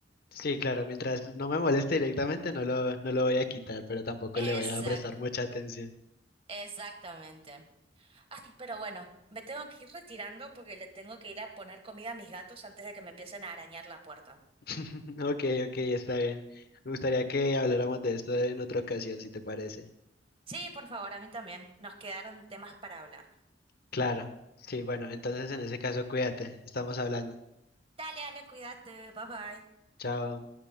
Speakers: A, on the left (about 55°); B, on the right (about 30°).
A: Sí, claro, mientras no me moleste directamente no lo, no lo voy a quitar, pero tampoco
B: Exacto,
A: le voy a prestar mucha atención.
B: exactamente. Ay, pero bueno, me tengo que ir retirando porque le tengo que ir a poner comida a mis gatos antes de que me empiecen a arañar la puerta.
A: <laughs> Ok, ok, está bien. Me gustaría que habláramos de esto en otra ocasión, si te parece.
B: Sí, por favor, a mí también. Nos quedaron temas para hablar.
A: Claro, sí, bueno, entonces en ese caso cuídate, estamos hablando.
B: Dale, dale, cuídate. Bye bye.
A: Chao.